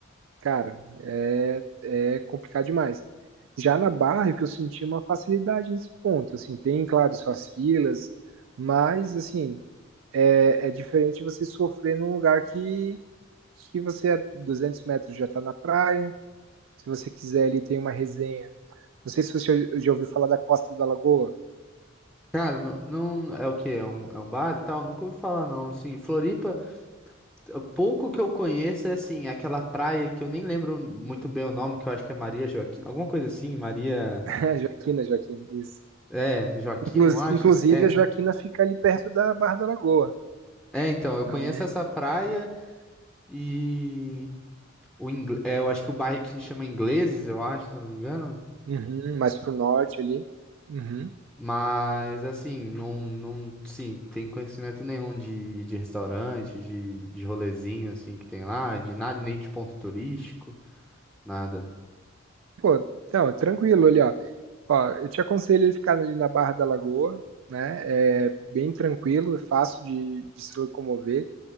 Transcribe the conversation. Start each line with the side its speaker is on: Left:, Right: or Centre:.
Right: Cara, é, é complicado demais. Já na Barra, que eu senti é uma facilidade nesse ponto, assim, tem, claro, suas filas, mas, assim, é, é diferente você sofrer num lugar que, que você, a 200 metros, já está na praia, se você quiser ali tem uma resenha. Não sei se você já ouviu falar da Costa da Lagoa. <laughs>
Centre: Cara, não, não é o quê? É um, é um bar e tal? Nunca ouvi falar não, assim. Floripa, t- pouco que eu conheço é assim, aquela praia que eu nem lembro muito bem o nome, que eu acho que é Maria Joaquina, alguma coisa assim, Maria,
Right: É, Joaquina, Joaquina, isso.
Centre: é, Joaquina,
Right: Inclus-
Centre: eu acho.
Right: Inclusive,
Centre: É.
Right: a Joaquina fica ali perto da Barra da Lagoa.
Centre: É, então, eu
Right: Então,
Centre: conheço essa praia e o ingle... é, eu acho que o bairro aqui chama Ingleses, eu acho, se eu não me engano.
Right: uhum, mais pro norte ali. Uhum.
Centre: Mas assim, não, não, sim, tem conhecimento nenhum de, de restaurante, de, de rolezinho assim que tem lá, de nada, nem de ponto turístico, nada.
Right: Pô, não, tranquilo ali, ó. Ó, eu te aconselho ele ficar ali na Barra da Lagoa, né? É bem tranquilo, é fácil de, de se locomover.